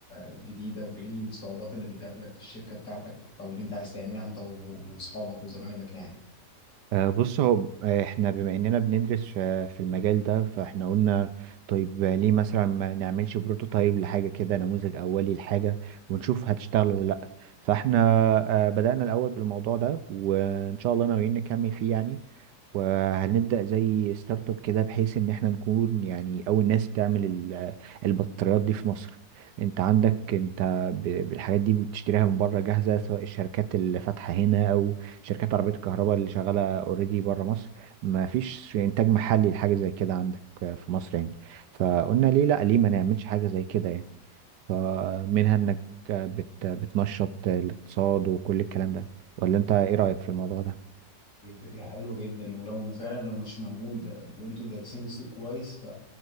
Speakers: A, on the left; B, on the right.
A: جديدة وإيه الصعوبات اللي بتقابلك في الشركة بتاعتك أو اللي أنت عايز تعملها أنت و- وأصحابك وزمايلك يعني
B: آه، بص هو آه، احنا بما اننا بندرس في في المجال ده فاحنا قلنا طيب آه، ليه مثلا ما نعملش بروتوتايب لحاجة كده نموذج اولي لحاجة ونشوف هتشتغل ولا لا فاحنا آه، بدأنا الاول بالموضوع ده وان شاء الله ناويين نكمل فيه يعني وهنبدأ زي ستارت اب كده بحيث ان احنا نكون يعني اول ناس بتعمل ال- البطاريات دي في مصر انت عندك انت ب- بالحاجات دي بتشتريها من بره جاهزة سواء الشركات اللي فاتحة هنا شركات عربية الكهرباء اللي شغالة اوريدي بره مصر ما فيش إنتاج محلي لحاجة زي كده عندك في مصر يعني فقلنا ليه لأ ليه ما نعملش حاجة زي كده يعني فمنها إنك بت بتنشط الاقتصاد وكل الكلام ده ولا أنت إيه رأيك في الموضوع ده؟
A: دي فكرة حلوة جدا ولو فعلا لو مش موجود آه، وانتوا دارسين السوق كويس